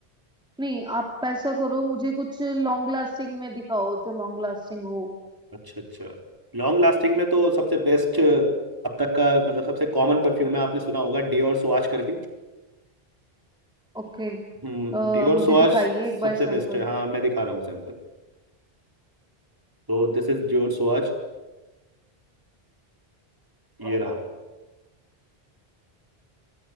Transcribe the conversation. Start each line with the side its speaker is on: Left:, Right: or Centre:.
Centre: नहीं आप ऐसा करो मुझे कुछ लॉन्ग लास्टिंग में दिखाओ जो लॉन्ग लास्टिंग हो
Right: अच्छा अच्छा लॉन्ग लास्टिंग में तो सबसे बेस्ट अब तक का मतलब सबसे कॉमन परफ्यूम है आपने सुना होगा डियोर स्वाच करके
Centre: ओके
Right: हम्म
Centre: आप
Right: डियोर
Centre: मुझे
Right: स्वाच
Centre: दिखाइए एक बार
Right: सबसे
Centre: सैंपल
Right: बेस्ट है हाँ मैं दिखा रहा हूँ सैंपल तो दिस इज योर स्वाज ये रहा